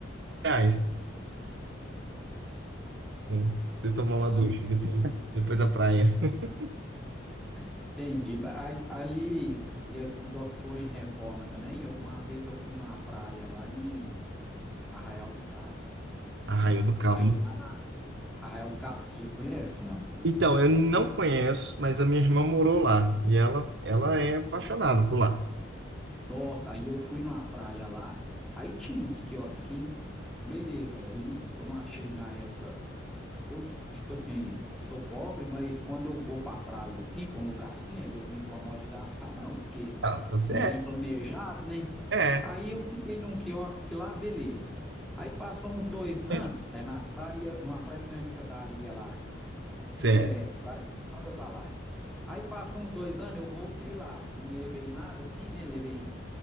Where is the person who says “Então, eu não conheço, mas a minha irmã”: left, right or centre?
Right